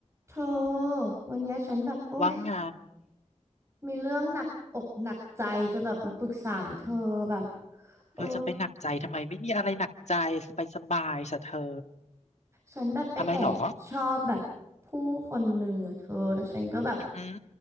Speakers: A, on the right; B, on the left.
A: เธอวันเนี้ยฉันแบบโอ๊ย
B: ว่าไง
A: มีเรื่องหนักอกหนักใจจะแบบมาปรึกษาเธอแบบเออ
B: เธอจะไปหนักใจทำไมไม่มีอะไรหนักใจสบายสบายสะเธอ
A: ฉันแบบไปแอบชอบแบบผู้คนหนึ่งอะเธอแล้วฉันก็แบบ
B: ทำไมหรออือหือ